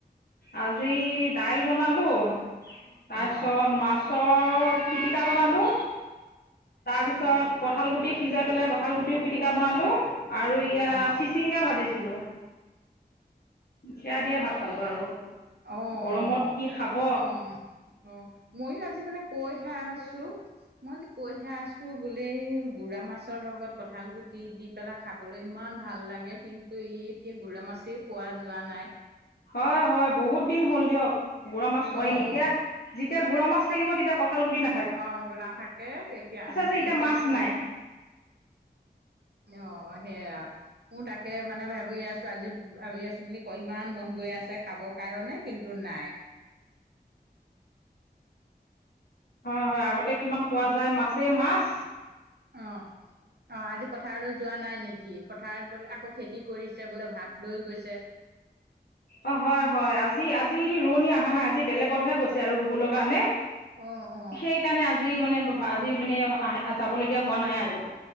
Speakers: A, on the left (about 65°); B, on the right (about 70°).
A: আজি দাইল বনালো, তাৰপিছত
B: অ
A: মাছ ছত পিটিকা বনালো, তাৰপিছ পিছত কঁঠাল গুটি সিজাই পেলাই কঁঠাল গুটিও পিটিকা বনালোঁ। আৰু ইয়া
B: অ অ
A: চিচিংগা ভাজিছিলোঁ। সেয়া দিয়ে ভাত খালো আৰু।
B: অ',
A: গৰমত
B: অ',
A: কি খাব
B: অ'। অ', ময়ো আজি মানে কৈহে আছো। মই আজি কৈহে আছো বোলি গুড়া মাছৰ লগত কঁঠাল গুটি দি পেলাই খাবলৈ ইমান ভাল লাগে। কিন্তু ই এতিয়া গুড়া মাছে পোৱা যোৱা নাই।
A: হয় হয়। বহুত দিন হ'ল দিয়ক গুড়া মাছ পোৱাই
B: অ',
A: নাই। এতিয়া যেতিয়া গুড়া মাছ থাকিব তেতিয়া কঁঠাল গুটি না
B: অ', গুড়া থাকে তেতিয়া
A: যে
B: আমি
A: এতিয়া
B: <unintelligible>
A: মাছ
B: অ', উ
A: নাই
B: অ', সেয়া। মোৰ তাকে মানে ভাবি আছ ছোৱালী ৰৈ আছোঁ বুলি কয়। ইমান মন গৈ আছে খাবৰ কাৰণে কিন্তু নাই।
A: হয় হয়। আগতে কিমান
B: অ',
A: খোৱা যায় মাছে মাছ।
B: অ', অ', আজি পথাৰলৈ যোৱা নাই নেক কি পথাৰত বোলে আকৌ খেতি কৰিছে বোলে ভাত লৈ গৈছে।
A: অ', হয় হয়। আজি আজি ৰোৱনী আহা নাই। আজি বেলেগতহে গৈছে আৰু ৰুবলে কাৰনে।
B: অ অ
A: সেইকাৰণে আজি মানে আজি মানে আহ যাবলগীয়া হোৱা নাই আৰু।